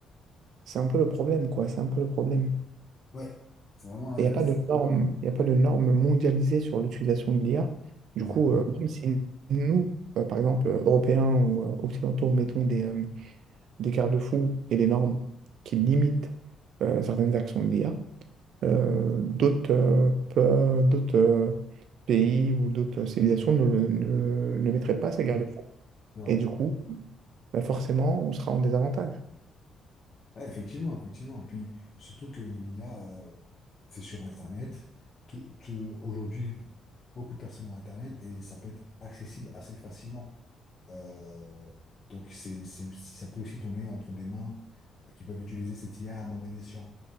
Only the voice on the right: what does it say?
c'est un peu le problème, quoi. C'est un peu le problème.
Et il n'y a pas de normes, il a pas de normes mondialisées sur l'utilisation de l'IA.
Du coup, euh, même si nous, euh, par exemple, euh, Européens ou euh, Occidentaux, mettons des, euh, des garde-fous et des normes qui limitent euh, certaines actions de l'IA, euh, d'autres euh, peu- d'autres euh, pays ou d'autres civilisations ne, ne, ne mettraient pas ces garde-fous.
Et du coup, bah, forcément, on sera en désavantage.